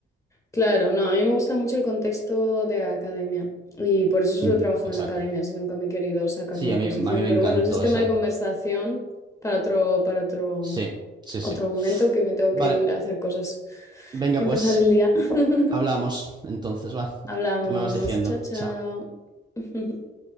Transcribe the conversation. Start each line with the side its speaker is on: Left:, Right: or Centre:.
Left: Claro, no, a mí me gusta mucho el contexto de academia y por eso solo
Right: mm,
Left: trabajo
Right: exacto.
Left: en academia, si nunca me he querido sacar
Right: Sí,
Left: una
Right: a mí,
Left: posición,
Right: a mí me
Left: pero
Right: encantó
Left: bueno, ese es tema
Right: esa
Left: de
Right: época.
Left: conversación para otro, para otro,
Right: Sí, sí, sí.
Left: otro momento que me tengo
Right: Vale,
Left: que ir a hacer cosas
Right: venga
Left: y
Right: pues,
Left: empezar el día. <laughs>
Right: hablamos, entonces va.
Left: Hablamos,
Right: Ya me vas diciendo.
Left: chao, chao.
Right: Chao.
Left: <laughs>